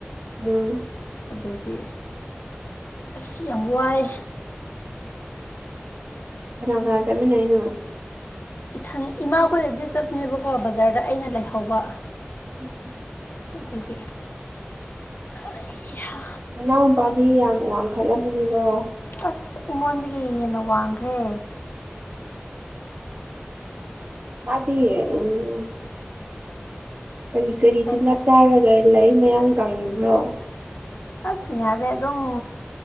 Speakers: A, on the right; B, on the left.
A: ꯎꯝ
B: ꯑꯗꯨꯒꯤ ꯑꯁ ꯌꯥꯝ ꯋꯥꯏ
A: ꯀꯥꯅꯥ ꯀꯥꯅꯥ ꯆꯠꯃꯤꯟꯅꯔꯤꯅꯣ
B: ꯏꯊꯟ ꯏꯃꯥ ꯀꯣꯏꯒꯗꯤ ꯆꯠꯞꯅꯦꯕꯀꯣ ꯕꯖꯥꯔꯗ ꯑꯩꯅ ꯂꯩꯍꯧꯕ
A: ꯎꯝ
B: ꯑꯗꯨꯒꯤ ꯑꯩ ꯍꯥ
A: ꯅꯅꯥꯎ ꯄꯥꯗꯤ ꯌꯥꯝ ꯋꯥꯡ ꯈꯜꯂꯝ ꯃꯅꯤꯗꯣ
B: ꯑꯁ ꯑꯩꯉꯣꯟꯗꯒꯤ ꯍꯦꯟꯅ ꯋꯥꯡꯈ꯭ꯔꯦ
A: ꯃꯥꯗꯤ ꯎꯝ ꯀꯔꯤ ꯀꯔꯤ ꯆꯤꯟꯖꯥꯛ
B: ꯑꯦ
A: ꯆꯥꯔꯒ ꯂꯩ ꯃꯌꯥ ꯀꯪꯉꯤꯕ꯭ꯔꯣ
B: ꯑꯁ ꯌꯥꯗꯦ ꯑꯗꯨꯝ